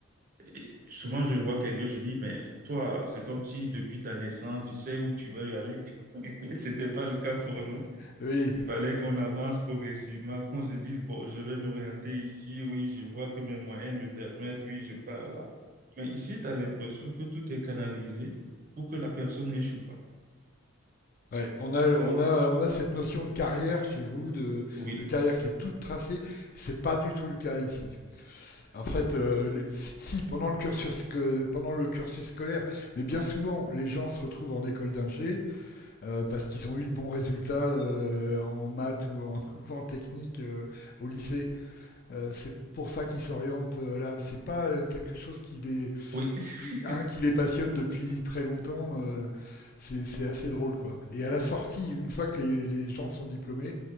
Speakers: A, on the right; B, on the left.
A: et souvent je vois quelqu'un, je dis, mais toi, c'est comme si depuis ta naissance, tu sais où tu veux aller. <laughs> C'était pas le cas pour nous.
B: Oui.
A: Il fallait qu'on avance progressivement, qu'on se dise, bon, je vais m'orienter ici, oui, je vois que mes moyens me permettent, oui, je pars. Mais ici, tu as l'impression que tout est canalisé pour que la personne n'échoue pas.
B: Ouais, on a, on
A: Donc,
B: a, on a cette notion de carrière chez vous, de,
A: oui,
B: de carrière qui est toute tracée. C'est pas du tout le cas ici. En fait, euh, les- si, si, pendant le cursus que, pendant le cursus scolaire, mais bien souvent, les gens se retrouvent en école d'ingé euh, parce qu'ils ont eu de bons résultats euh, en maths ou en, <laughs> ou en technique euh, au lycée. Euh, c'est pour ça qu'il s'oriente euh, là. C'est pas euh, quelque chose qui les,
A: oui,
B: qui,
A: <laughs>
B: hein, qui les passionne depuis très longtemps. euh, c'est c'est assez drôle, quoi. Et à la sortie, une fois que les, les gens sont diplômés,